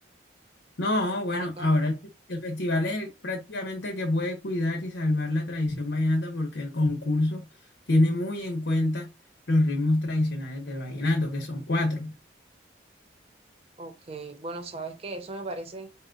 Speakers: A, on the left (about 70°); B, on the right (about 30°).
A: No, bueno,
B: Acá,
A: ahora el, fe- el festival es el- prácticamente el que puede cuidar y salvar la tradición vallenata porque el concurso tiene muy en cuenta los ritmos tradicionales del vallenato, que son cuatro.
B: Ok, bueno, sabes que eso me parece,